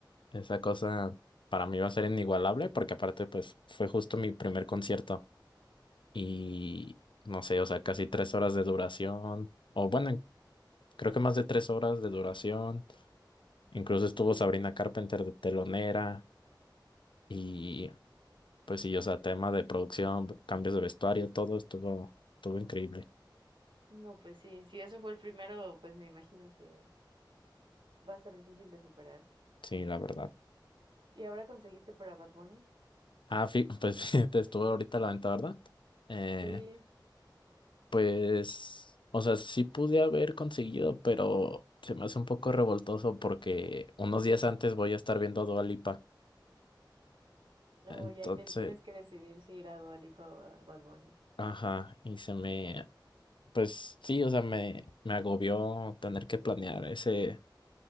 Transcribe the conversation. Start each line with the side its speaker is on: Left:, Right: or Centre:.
Left: esa cosa para mí va a ser inigualable porque aparte pues fue justo mi primer concierto. y no sé, o sea, casi tres horas de duración, o bueno, en- creo que más de tres horas de duración. Incluso estuvo Sabrina Carpenter de telonera y pues sí, o sea, tema de producción, cambios de vestuario, todo estuvo, estuvo increíble,
Right: No, pues sí, si eso fue el primero, pues me imagino que va a estar difícil de superar.
Left: sí, la verdad.
Right: ¿Y ahora conseguiste para Bad Bunny?
Left: Ah, fí- <laughs> pues fíjate, estuvo ahorita a la venta, ¿verdad? Eh,
Right: Sí,
Left: pues, o sea, sí pude haber conseguido, pero se me hace un poco revoltoso porque unos días antes voy a estar viendo a Dua Lipa.
Right: o
Left: Entonces,
Right: ya ten- tienes que decidir si ir a Dua Lipa o a Bad Bunny.
Left: Ajá, y se me, pues sí, o sea, me, me agobió tener que planear ese